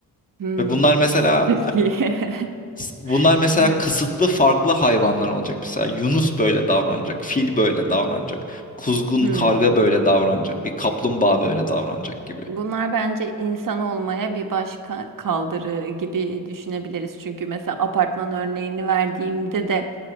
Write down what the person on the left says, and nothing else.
Ve bunlar mesela
S- Bunlar mesela
kısıtlı farklı hayvanlar olacak. Mesela yunus böyle davranacak, fil böyle davranacak, kuzgun
karga böyle davranacak, bir kaplumbağa böyle davranacak gibi.